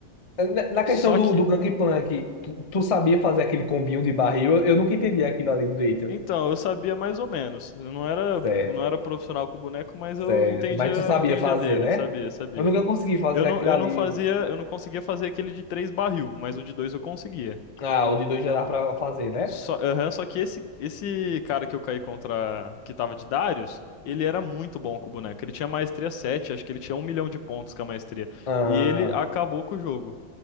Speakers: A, on the left; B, on the left.
A: Na na
B: Só
A: questão do,
B: que,
A: do Gank Plank, tu, tu sabia fazer aquele combinho de barril? Eu, eu nunca entendi aquilo ali direito.
B: então, eu sabia mais ou menos. Eu não era,
A: Certo,
B: não era profissional com o boneco, mas
A: certo.
B: eu entendia,
A: Mas tu sabia
B: entendia
A: fazer,
B: dele,
A: né?
B: sabia, sabia.
A: Eu nunca consegui fazer
B: Eu não,
A: aquilo
B: eu
A: ali.
B: não fazia, eu não conseguia fazer aquele de três barril, mas o de dois eu conseguia.
A: Ah, o de dois já dá pra fazer, né?
B: Só, aham, só que esse, esse cara que eu caí contra, que tava de Darius, ele era muito bom com o boneco. Ele tinha maestria 7, acho que ele tinha um milhão de pontos com a maestria.
A: Ah,
B: E ele acabou com o jogo.